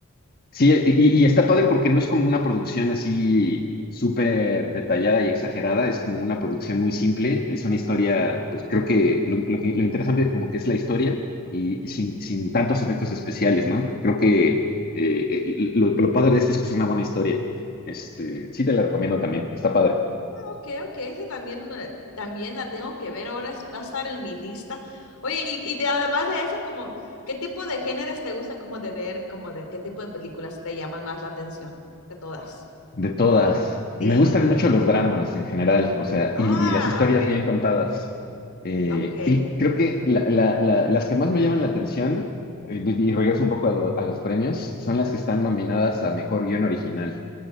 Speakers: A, on the left; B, on the left.
A: Sí, y, y está padre porque no es como una producción así súper detallada y exagerada, es como una producción muy simple, es una historia, pues creo que lo, lo que- lo interesante como que es la historia y, y sin, sin tantos efectos especiales, ¿no? Creo que eh, eh, lo, lo padre de esto es que es una buena historia. Este, sí te la recomiendo también, está padre.
B: ah, ok, ok, esa también, me- también la tengo que ver, ahora es- va a estar en mi lista. Oye, y, y de- además de eso, como, ¿qué tipo de géneros te gusta como de ver, como de qué tipo de películas te llaman más la atención de todas?
A: De todas. Me
B: Sí.
A: gustan mucho los dramas en general, o sea,
B: Ah,
A: y, y las historias
B: ok,
A: bien contadas. Eh,
B: ok.
A: y creo que la- la- la- las que más me llaman la atención, eh, pues, y regreso un poco a, lo- a los premios, son las que están nominadas a Mejor Guión Original.